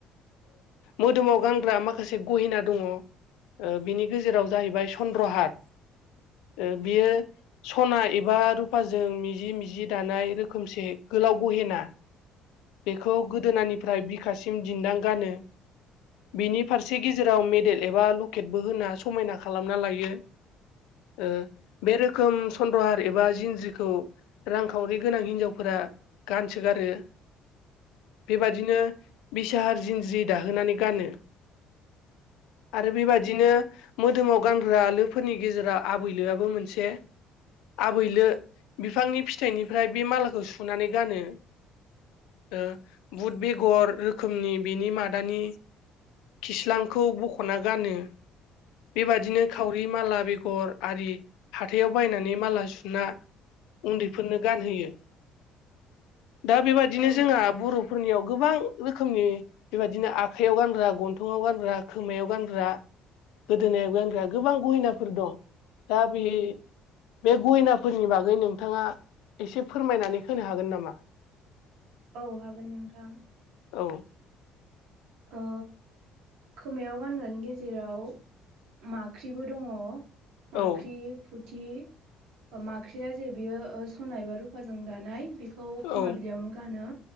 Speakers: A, on the left; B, on the right.
A: मोदोमाव गानग्रा माखासे गहेना दङ। बिनि गेजेराव जाहैबाय चन्द्रहार। ओ बियो सना एबा रुफाजों मिजि मिजि दानाय रोखोमसे गोलाव गहेना। खौ गोदोनानिफ्राय बिखासिम दिन्दां गानो। बिनि फारसे गेजेर जेराव मेडेल एबा लकेटबो होना समायना खालामना लायो। ओ बे रोखोम स सन्द्रहार एबा जिनज्रिखौ रांखावरि गोनां हिनजावफोरा गानसोगारो बेबादिनो बिसाहार जिनज्रि दाहोनानै गानो आरो बेबादिनो मोदोमाव गानग्रा लोफोरनि गेजेराव आबैलोआबो मोनसे आबैलो बिफांनि फिथाइनिफ्राय बे मालाखौ सुनानै गानो। ओ बुद बेगर रोखोमनि बेनि मादानि खिस्लांखौ बख'ना गानो बेबायदिनो थावरि माला बेगर आरि हाथायाव बायनानै माला सुना उन्दैफोरनो गानहोयो दा बिदिनो
B: औ
A: जोंहा बर'फोरनियाव गोबां रोखोमनि बेबायदिनो आखाइयाव गानग्रा गन्थंआव गानग्रा खोमायाव गानग्रा गोदोनायाव गानग्रा गोबां गहिनाफोर दं। दा बे बे गहेनाफोरनि बागै नोंथाङा एसे फोरमायनानै होनो हागोन नामा?
B: औ हागोन नोंथां
A: औ
B: ओ खोमायाव गानग्रानि गेजेराव माख्रिबो दङ। माख्रि
A: औ
B: फुथि माख्रिया जे बियो सनाय एबा रुफाजों दानाय बेखौ
A: औ
B: खोमा बिलाइआव नो गानो